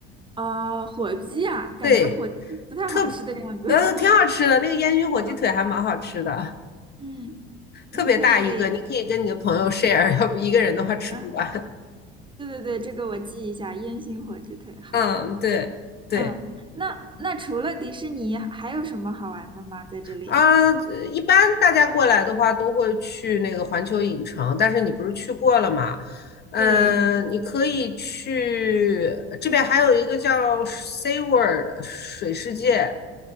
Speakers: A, on the right; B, on the left.
A: 啊、火鸡啊，感觉火鸡不太好吃的样子，
B: 对，特呃挺好吃的，
A: <laughs>
B: 那个烟熏火鸡腿还蛮好吃的，
A: 嗯嗯
B: 特别大一个，
A: 嗯，可以可以，
B: 你可以跟你的朋友 share，要不一个人的话吃不完。
A: 然后对对对，这个我记一下，烟熏火鸡腿，
B: <laughs>
A: 好的好的，
B: 嗯，对对
A: 嗯，那那除了迪士尼还有什么好玩的吗？在这里？
B: 啊，呃一般大家过来的话都会去那个环球影城，但是你不是去过了吗？嗯，
A: 对，
B: 你可以去这边还有一个叫 Sea World 水世界。